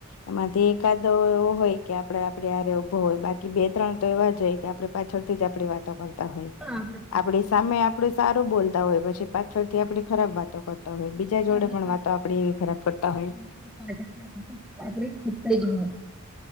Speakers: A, on the left; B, in the centre.
A: એમાંથી એક આદો એવો હોય કે આપડે આપડી હારે ઊભો હોય બાકી બે-ત્રણ તો એવા જ હોય કે આપડે પાછળ થીજ આપડી વાતો કર હોય
B: હા, આપણે
A: આપડી સામે આપડુ સારું બોલતા હોય પછી પાછળથી આપડી ખરાબ વાત કરતા હોય બીજા
B: આપણે
A: જોડે પણ
B: પાછળ
A: વાતો આપણી ખરાબ કરતા હોય.
B: <unintelligible>